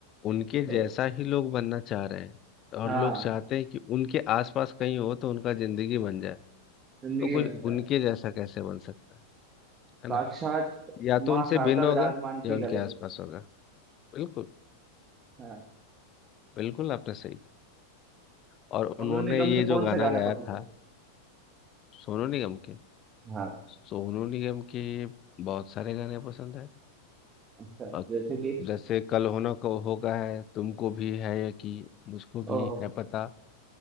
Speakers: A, on the left; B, on the right.
A: उनके
B: सही
A: जैसा ही लोग बनना चाह रहे हैं और
B: हाँ
A: लोग चाहते हैं कि उनके आसपास कहीं हो तो उनका जिंदगी बन जाए
B: जिंदगी
A: तो कोई
B: बनता
A: उनके
B: है
A: जैसा कैसे बन सकता है है
B: साक्षात
A: ना या तो
B: माँ
A: उनसे
B: शारदा
A: भिन्न होगा
B: विराजमान
A: या
B: थी
A: उनके
B: गले
A: आसपास
B: में
A: होगा बिल्कुल
B: हाँ।
A: बिल्कुल आपने सही कहा और
B: सोनू
A: उन्होंने
B: निगम
A: ये
B: के
A: जो
B: कौन
A: गाना
B: से गाने
A: गाया
B: पसंद
A: था
B: है
A: सोनू निगम के
B: हाँ
A: सोनू निगम के बहुत सारे गाने पसंद है
B: अच्छा
A: अ,
B: जैसे कि
A: जैसे कल होना को होगा है तुमको भी है यकीन मुझको भी
B: ओह
A: है पता